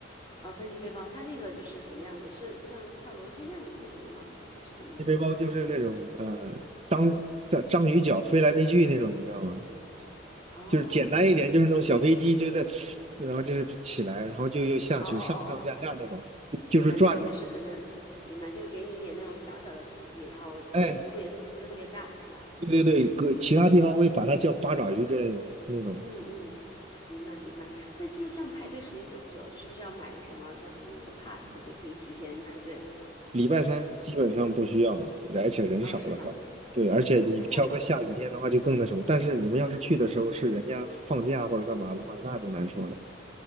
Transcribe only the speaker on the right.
喷气背包就是那种呃章章章鱼脚飞来飞去那种，你知道吗？
就是简单一点，就是那种小飞机，就在，<tsk> 然后就是起来，然后就又下去，
上上下下那种，就就是转着的。
哎，
对对对，搁其他地方会把它叫八爪鱼之类的那种。
礼拜三基本上不需要，
而且人少的话，
对，而且你挑个下雨天的话就更那什么。
但是你们要是去的时候是人家放假或者干嘛的话，
那就难说了。